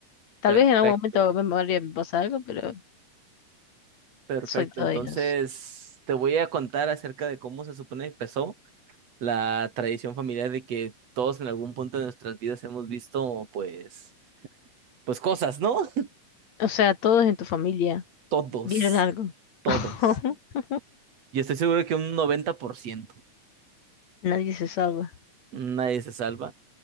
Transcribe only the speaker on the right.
Perfecto,
perfecto.
Entonces,
te voy a contar acerca de cómo se supone que empezó. la tradición familiar de que todos en algún punto de nuestras vidas hemos visto, pues, pues cosas, ¿no? <laughs>
Todos,
todos.
Y estoy seguro que un noventa por ciento
nadie se salva.